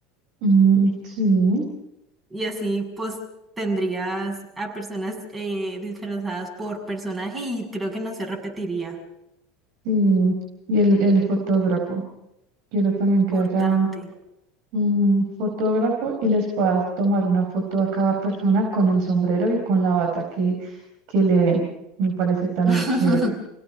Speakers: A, on the right (about 60°); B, on the right (about 20°).
A: Mm, sí,
B: Y así pues tendrías a personas eh, disfrazadas por personaje y creo que no se repetiría.
A: sí. Y el, el fotógrafo. Quiero también
B: Importante.
A: que haya un fotógrafo y les puedas tomar una foto a cada persona con el sombrero y con la bata que, que le den. Me parece también
B: <laughs>
A: chévere.